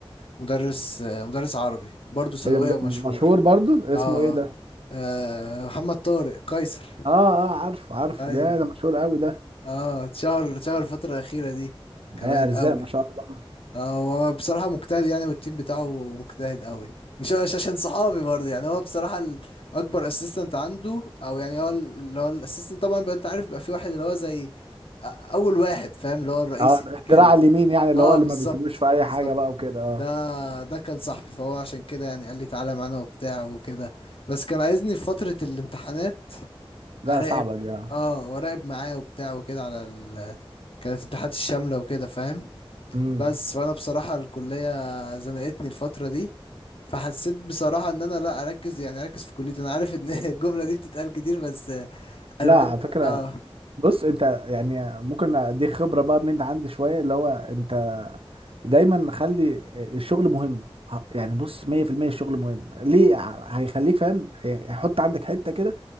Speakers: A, on the left; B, on the right.
A: مدرس آه، مدرس عربي برضو ثانوية
B: إيه ده
A: ومشهور
B: مشهور برضو اسمه
A: اه
B: ايه ده
A: آه، محمد طارق قيصر
B: اه اه عارف عارف
A: ايوه
B: ده ده مشهور قوي ده
A: اه اتشهر اتشهر الفترة الأخيرة دي كمان
B: آه ارزاق
A: قوي
B: ما شاء الله
A: اه هو بصراحة مجتهد يعني والتيم بتاعه مجتهد قوي مش مش عشان صحابي برضه يعني هو بصراحة ال- أكبر اسيستنت عنده أو يعني هو ال- اللي هو الاسيستنت طبعا بقى أنت عارف بقى في واحد اللي هو زي أ- أول واحد فاهم اللي هو الرئيسي
B: اه ده الدراع
A: كده
B: اليمين يعني اللي
A: اه
B: هو اللي
A: بالظبط
B: ما بيسيبوش في اي
A: بالظبط
B: حاجه بقى وكده اه
A: ده ده كان صاحبي فهو عشان كده يعني قال لي تعالى معانا وبتاع وكده بس كان عايزني في فترة الامتحانات
B: لا
A: اراقب
B: صعبه دي اه
A: اه واراقب معاه وبتاع وكده على ال... كانت الامتحانات الشامله وكده فاهم
B: امم
A: بس فانا بصراحه الكليه زنقتني الفتره دي فحسيت بصراحه ان انا لا اركز يعني اركز في كليتي انا عارف ان <laughs> الجمله دي بتتقال كتير بس عارف
B: لا
A: انت
B: على فكره
A: اه
B: بص انت يعني ممكن اديك خبره بقى من عندي شويه اللي هو انت دايما خلي الشغل مهم ه- يعني بص 100% الشغل مهم ليه ه- هيخليك فاهم هي- هيحط عندك حته كده